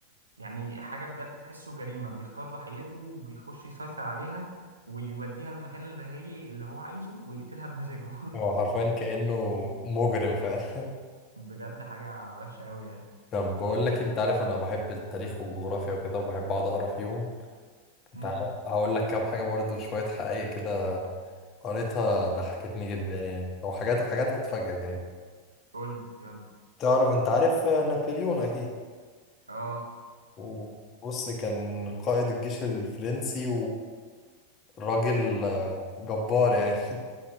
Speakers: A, on the right; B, on the left.
A: يعني حاجة بجد تحسه جريمة بيختار ضحيته وبيخش يسيطر عليها ويوديها للمكان اللي هي اللي هو عايزه ويقتلها بمزاجه
B: هو حرفيا كأنه مجرم فعلا <laughs>
A: <laughs> بجد حاجة وحشة أوي يعني
B: طب بقول لك إيه، انت عارف انا بحب التاريخ والجغرافيا وكده وبحب اقعد اقرا فيهم
A: امم
B: تعالى هقول لك كام حاجة برضو شوية حقائق كده قريتها ضحكتني جدا يعني او حاجات حاجات هتفاجئك يعني
A: قول لي يلا
B: تعرف انت عارف نابليون اكيد
A: اه
B: وبص كان قائد الجيش الفرنسي وراجل آه، جبار يعني <laughs>